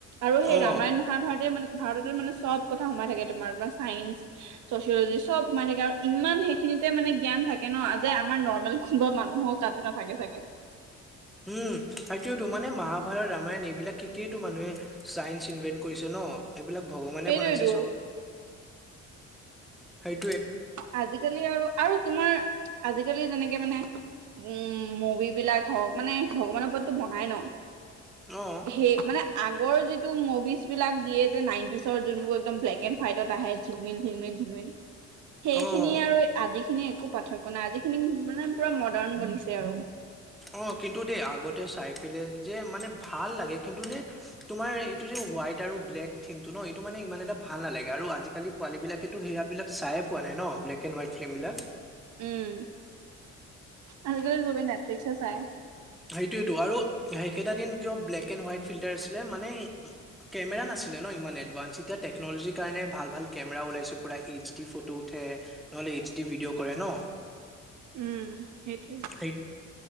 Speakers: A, on the right; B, in the centre.
A: আৰু সেই
B: অ
A: ৰামায়ণ মহাভাৰতে মানে ভাৰততে মানে চব কথা সোমাই থাকে তোমাৰ পৰা চাইন্স চচিয়'লজি চব সোমাই থাকে আৰু ইমান সেইখিনি তে মানে জ্ঞান থাকে ন যে আমাৰ নৰ্মেল কোনোবা মানুহৰ তাতো নাথাকে চাগে
B: উম সেইটোয়েটো, মানে মহাভাৰত ৰামায়ণ এইবিলাক শিকিয়েইটো মানুহে চাইন্স ইনভেন্ট কৰিছে ন এইবিলাক ভগৱানে
A: সেইটোৱেতো
B: বনাইছে চব, সেই
A: আজিকালি আৰু আৰু তোমাৰ আজিকালি যেনেকে মানে উম মুভিবিলাক হওঁক মানে ভগৱানৰ ওপৰততো বনাই ন
B: অ
A: সেই মানে আগৰ যিটো মুভিজ বিলাক দিয়ে যে নাইনটিচৰ যোনবোৰ একদম ব্লেক এণ্ড হোৱাইটত আহে ঝিলমিল ঝিলমিল <inaudible> <unintelligible> সেইখিনিৰ
B: অ
A: আৰু আজিৰখিনিৰ একো পাৰ্থক্য নাই আজি খিনি মানে পুৰা মডাৰ্ণ বনিছে আৰু
B: অ কিন্তু দেই আগতে চাই পেলাই যে মানে ভাল লাগে কিন্তু নে তোমাৰ এইটো যে হোৱাইট আৰু ব্লেক থিমটো ন এইটো মানে ইমান এটা ভাল নালাগে আৰু আজিকালি পোৱালী বিলাকেতো সেয়া বিলাক চাইয়ে পোৱা নাই ন ব্লেক এণ্ড হোৱাইট ফিল্ম বিলাক?
A: উম আজিকালি চবেই নেটফ্লিক্সে চাই।
B: সেইটোৱেইটো আৰু সেইকেইটা দিন কিয় ব্লেক এণ্ড হোৱাইট ফিল্টাৰ আছিলে মানে কেমেৰা নাছিল ন ইমান এডভান্স। এতিয়া টেকনলজি কাৰণে ভাল ভাল কেমেৰা ওলাইছে পুৰা এইচ ডি ফটো উঠে। এইচি ভিডিঅ কৰে ন।
A: উম, সেইটো।
B: সেই